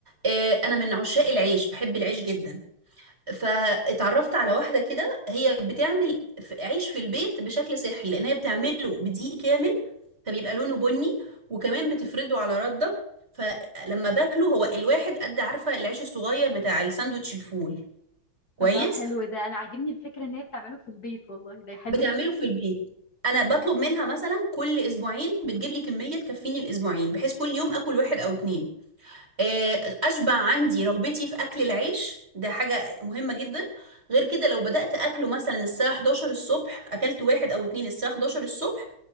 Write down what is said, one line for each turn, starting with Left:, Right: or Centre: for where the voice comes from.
Right: آه، انا من عشاق العيش بحب العيش جدا فاتعرفت على واحده كده هي بتعمل ف- عيش في البيت بشكل صحي لان هي بتعمله بدقيق كامل فبيبقى لونه بني وكمان بتفرده على رده فلما باكله هو الواحد قد عارفه العيش الصغير بتاع الساندوتش الفول كويس
Left: الله حلو ده انا عاجبني الفكره ان هي بتعمله في البيت والله ده حلو
Right: بتعمله
Left: جدا
Right: في البيت انا بطلب منها مثلا كل اسبوعين بتجيب لي كميه تكفيني الاسبوعين بحيث كل يوم اكل واحد او اتنين آه، اشبع عندي رغبتي في اكل العيش ده حاجه مهمه جدا غير كده لو بدات اكله مثلا الساعه 11 الصبح اكلت واحد او اتنين الساعه 11 الصبح